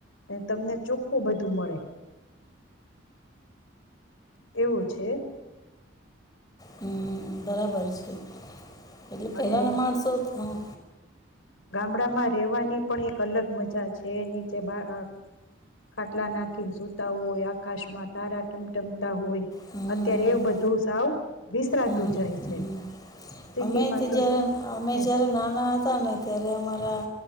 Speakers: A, on the left; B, on the left.
A: ને તમને ચોખ્ખું બધું મળે. એવું છે.
B: હમ બરાબર છે. એટલે પેલાના
A: અને
B: માણસો અહ
A: ગામડામાં રહેવાની પણ એક અલગ મજા છે. નીચે બા અહ ખાટલા નાખીને સૂતા હોય, આકાશમાં તારા ટમટમતા હોય,
B: હમ
A: અત્યારે એવું બધું સાવ વિસરાતું
B: હમ હમ
A: જાય છે.
B: હમ.
A: સિટીમાં
B: અમે તે
A: તો
B: જયારે
A: શું
B: અમે
A: એ
B: જયારે નાના હ તા ને ત્યારે અમારા